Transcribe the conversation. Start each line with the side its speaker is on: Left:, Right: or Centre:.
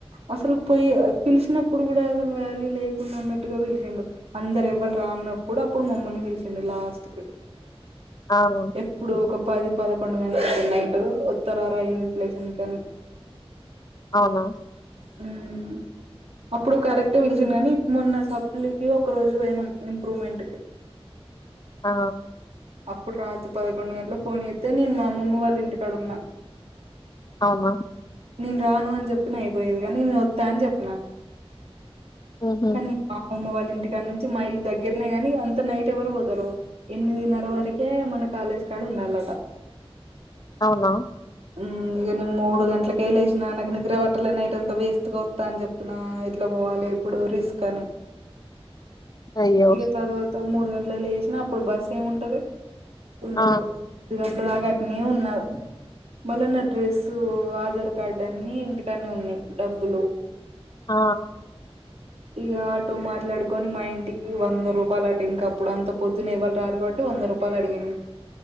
Right: అసలు పోయి పిలిచినప్పుడు కూడా అసలు వాల్యూ లేకుండా అన్నట్టుగా పిలిచిండు అందరు ఎవ్వరు రాన్నప్పుడు అప్పుడు మమ్మల్ని పిలిసిండు లాస్ట్ కు
Left: అగో
Right: ఇప్పుడు ఒక పది పదకొండు గంటలకు నైటు వత్తర రా ఇన్విజిలేషన్ కానీ
Left: అవునా
Right: ఉమ్ అప్పుడు కరెక్ట్ పిలిచింది కానీ మొన్న సప్లి కి ఒక రోజు పోయినాం ఇంప్రూవ్మెంట్ కి
Left: ఆ
Right: అప్పుడు రాత్రి పదకొండు గంటలకు ఫోన్ చెత్తే నేను మా అమ్మమ్మవాళ్ళ ఇంటికాడ ఉన్నా
Left: అవునా
Right: నేను రాను అని చెప్పిన అయిపోయేది గానీ నే వత్త అని చెప్పిన
Left: ఉహు
Right: కానీ మా అమ్మమ్మ వాళ్ళ ఇంటికాడ నుంచి మా ఇల్లు దగ్గరనే కాని అంత నైట్ ఎవరు పోతారు ఎనిమిదిన్నర వరకే మన కాలేజీ కాడ ఉండాలట
Left: అవునా
Right: ఉమ్ ఇగ నేను మూడు గంటలకే లేసిన నాకు నిద్ర ప అట్లే నైట్ అంత వేస్ట్ గా వస్తా అని చెప్పిన ఇట్లా పోవాలి ఇప్పుడు రిస్క్ అని
Left: అయ్యో
Right: ఇగ తర్వాత మూడు గంటలకి లేసినా అప్పుడు బస్ ఏముంటది ఉండదు
Left: ఆ
Right: మూడు గంటల దాగా అటునే ఉన్నా మల్ల డ్రెస్సు ఆధార్ కార్డు అన్ని ఇంటి కాన్నె ఉన్నాయి డబ్బులు
Left: ఆ
Right: ఇగ ఆటో మాట్లాడుకొని మా ఇంటికి వంద రూపాయలు అట ఇంక అప్పుడు అంత పొద్దున ఎవ్వలు రారు కాబట్టి వంద రూపా పాలు అడిగిండు